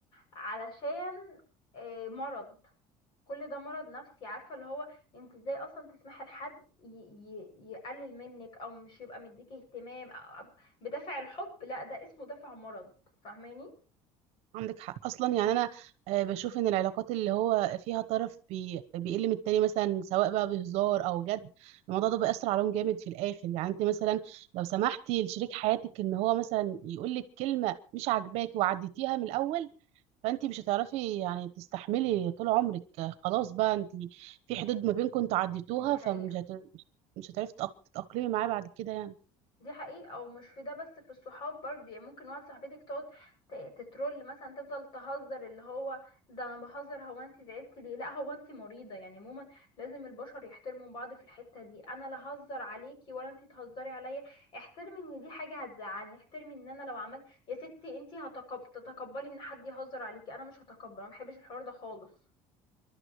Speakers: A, on the left; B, on the right.
A: علشان آه، مرض كل ده مرض نفسي عارفة اللي هو انت ازاي اصلا تسمحي لحد ي... ي... يقلل منك او مش يبقى مديكي اهتمام أو... بدافع الحب لا ده اسمه دافع مرض فاهماني
B: عندك حق اصلا يعني انا آه، بشوف ان العلاقات اللي هو فيها طرف بي- بيقل من التاني مثلا سواء بقى بهزار او جد الموضوع ده بيأثر عليهم جامد في الاخر يعني انت مثلا لو سمحتي لشريك حياتك ان هو مثلا يقول لك كلمه مش عاجباكي وعديتيها من الاول فانت مش هتعرفي يعني تستحملي طول عمرك آه، خلاص بقى انت في حدود ما بينكم انتوا عديتوها
A: دي حقيقة
B: فمش هت... مش هتعرفي تتأق- تتأقلمي معاه بعد كده يعني
A: دي حقيقة ومش في ده بس في الصحاب برضه يعني ممكن واحد صاحبتك تقعد ت- تترول مثلا تفضل تهزر اللي هو ده انا بهزر هو انت زعلتي ليه لا هو انت مريضة يعني عموما لازم البشر يحترموا بعض في الحتة دي انا لا هزر عليكي ولا انت تهزري عليا احترمي ان دي حاجة هتزعلني احترمي ان انا لو عملت يا ستي انت هتقب... تتقبلي ان حد يهزر عليكي انا مش هتقبل انا محبش الحوار ده خالص